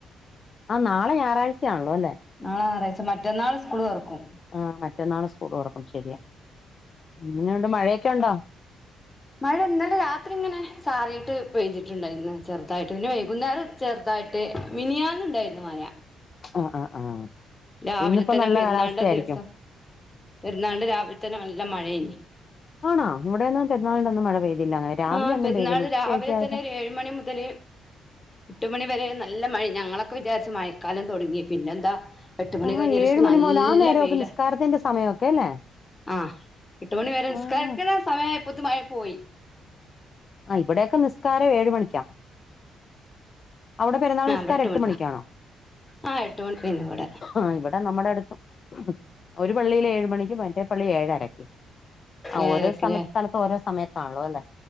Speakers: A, on the left; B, on the left.
A: ആ നാളെ ഞായറാഴ്ചയാണല്ലോ അല്ലേ.
B: നാള ഞായറാഴ്ച മറ്റന്നാള് സ്കൂൾ തുറക്കും.
A: ആഹ് മറ്റന്നാള് സ്കൂൾ തുറക്കും ശെരിയാ അങ്ങനെയണ്ട് മഴയൊക്കെ ഉണ്ടോ.
B: മഴ ഇന്നലെ രാത്രി ഇങ്ങനെ ചാറിട്ട് പെയ്തിട്ടുണ്ടായിരുന്നു ചെറുതായിട്ട് പിന്നെ വൈകുന്നേരം. ചെറുതായിട്ട് മിനിയാന്നുണ്ടായിരുന്നു മഴ.
A: ആഹ് ആ ആഹ്.
B: രാവിലെ
A: ഇന്നിപ്പോ
B: തന്നെ
A: നല്ല
B: പെരുന്നാളിന്റ
A: കാലാവസ്ഥയായിരിക്കും
B: ദിവസം പെരുന്നാളിന്റ രാവിലെ തന്നെ നല്ല മഴ ഇനി.
A: ആണോ വിടെന്നും പെരുന്നാളിന്റെ അന്ന് മഴ പെയ്തില്ല അങ്ങനെ രാവിലെ
B: ആ
A: ഒന്നും
B: പെരുന്നാൾ
A: പെയ്തില്ല. ഉച്ചയ്ക്ക്യതെ
B: രാവിലെ തന്നെ ഒരു ഏഴ് മണി മുതൽ എട്ട് മണിവരെ നല്ല മഴ ഞങ്ങളൊക്കെ വിചാരിച്ച് മഴക്കാലം തുടങ്ങി പിന്നെന്താ എട്ട് മണി
A: ആഹ്
B: കഴിഞ്ഞരിച്ച
A: ഏഴ് മണി
B: നല്ല
A: മുതൽ ആ നേരമൊക്കെ
B: വെയില
A: നിസ്കാരത്തിന്റെ സമയമൊക്കെ അല്ലേ
B: ആഹ് എട്ട് മണി വരെ നിസ്കാരിക്കുന്ന
A: ആഹ്
B: സമയയപ്പത്ത മഴ പോയി
A: ആഹ് ഇവിടെയൊക്കെ നിസ്കാരം ഏഴ് മണിക്കാം അവിടെ പെരന്നാൾ
B: ആ
A: നസ്കാരം
B: ഇവിടെ
A: എട്ട്
B: മണിക്കാ
A: മണിക്കാണോ
B: ആ എട്ട് മണിക്കാണ് ഇവിടെ
A: ആഹ് ഇവിടെ നമ്മുടെ അടുത്തും ഒരു പള്ളിയിൽ ഏഴ് മണിക്ക് മറ്റേ പള്ളി ഏഴരക്ക ആഹ്
B: ഏഴരക്കിലെ
A: ഓരോ സമയ സ്ഥലത്ത് ഓരോ സമയത്താണല്ലോ അല്ലേ